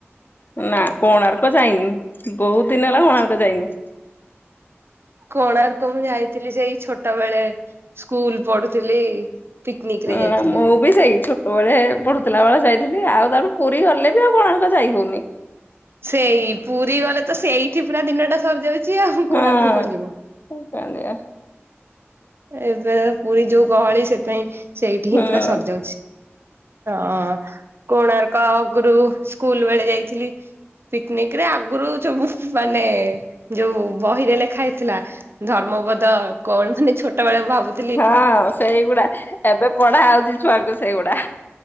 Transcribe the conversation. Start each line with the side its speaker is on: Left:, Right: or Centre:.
Left: ନା କୋଣାର୍କ ଯାଇନି ବହୁତଦିନ ହେଲା କୋଣାର୍କ ଯାଇନି।
Right: କୋଣାର୍କ ମୁଁ ଯାଇଥିଲି ସେଇ ଛୋଟବେଳେ ସ୍କୁଲ ପଢୁଥିଲି। ପିକନିକ ରେ
Left: ଏ
Right: ଯାଇଥିଲି।
Left: ମୋ ଉ ବି ସେଇ ଛୋଟବଳେ ପଢୁଥିଲାବଳେ ଯାଇଥିଲି ଆଉ ତାଠୁ ପୁରୀ ଗଲେ ବି ଆଉ କୋଣାର୍କ ଯାଇହଉନି।
Right: ସେଇ ପୁରୀ ଗଲେତ ସେଇଠି ପୁରା ଦିନଟା ସରିଯାଉଚି ଆଉ
Left: ହଁ
Right: କୋଣାର୍କ କଣ ଯିବ?
Left: କଣ କରିବା।
Right: ଏବେ ଯ ପୁରୀ ଯୋଉ ଗହଳି ସେଥିପାଇଁ ସେଇଠିହିଁ
Left: ହୁଁ
Right: ପୁରା ସରିଯାଉଚି। ହଁ କୋଣାର୍କ ଅଗୁରୁ ସ୍କୁଲବେଳେ ଯାଇଥିଲି। ପିକନିକରେ ଆଗୁରୁ ଯୋଉମାନେ ଯୋଉ ବହିରେ ଲେଖା ହେଇଥିଲା। ଧର୍ମପଦ କଣ ମାନେ ଛୋଟବଳେ ଭାବୁ
Left: ହଁ ସେଇଗୁଡା ଏବେ ପଢାହଉଚି ଛୁଆଙ୍କୁ ସେଇଗୁଡା।